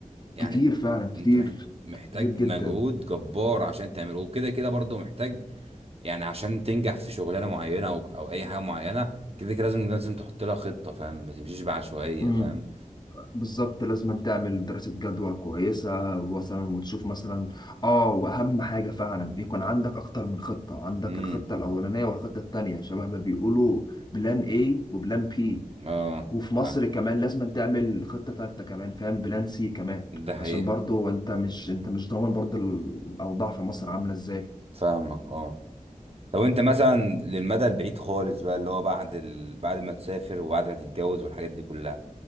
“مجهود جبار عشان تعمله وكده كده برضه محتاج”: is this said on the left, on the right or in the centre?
Right